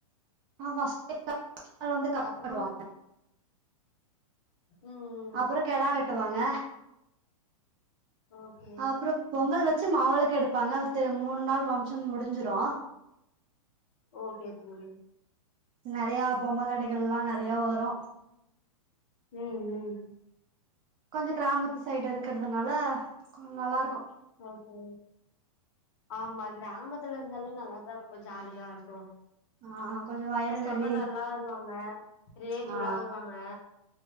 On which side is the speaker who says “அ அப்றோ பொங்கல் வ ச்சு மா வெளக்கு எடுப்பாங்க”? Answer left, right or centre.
Right